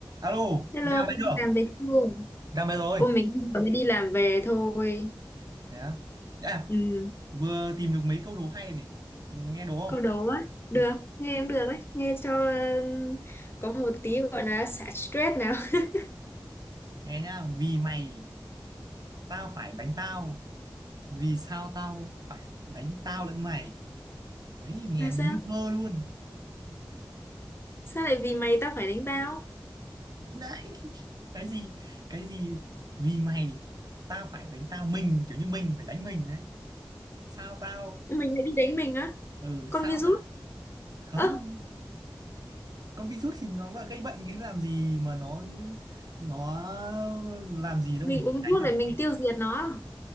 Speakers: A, on the right (about 50°); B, on the left (about 30°).
A: Alo,
B: Hello,
A: ra máy
B: cô
A: chưa?
B: đi làm về chưa?
A: Ra máy rồi.
B: Cô mình mới đi làm về thôi.
A: Thế á. À,
B: Ừ,
A: vừa tìm được mấy câu đố hay này. Nghe đố không?
B: câu đố á. Được,
A: Ừ.
B: nghe cũng được đấy. Nghe cho ờ, có một tí gọi là xả stress nào. <laughs>
A: Nghe nhá. Vì mày, tao phải đánh tao. Vì sao tao phải đánh tao lẫn mày? Đấy, nghe
B: Là sao?
A: như thơ luôn.
B: Sao lại vì mày tao phải đánh tao?
A: Đấy, cái gì? Cái gì? Vì mày, tao phải đánh tao. Mình, kiểu như mình phải đánh mình đấy. Sao tao?
B: Mình lại đi đánh mình á.
A: Ừ,
B: Con
A: sao
B: virus.
A: tao? Không,
B: Ơ,
A: con virus thì nó là gây bệnh chứ làm gì mà nó nó làm gì đâu
B: mình
A: mình
B: uống
A: đánh
B: thuốc
A: được
B: để
A: nó
B: mình tiêu diệt nó. à?